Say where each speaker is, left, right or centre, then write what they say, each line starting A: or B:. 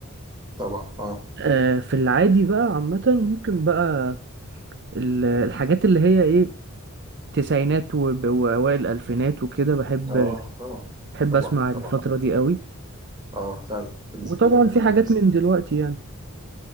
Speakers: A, on the right; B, on the right.
A: طبعا اه
B: آه، في العادي بقى عامه ممكن بقى ال- الحاجات اللي هي ايه تسعينات وب- واوائل الالفينات وكده بحب
A: اه طبعا
B: بحب
A: طبعا
B: اسمع الفتره
A: طبعا
B: دي قوي
A: اه فعلا بالنسبة
B: وطبعا
A: لي انا كمان
B: في حاجات
A: نفس
B: من دلوقتي يعني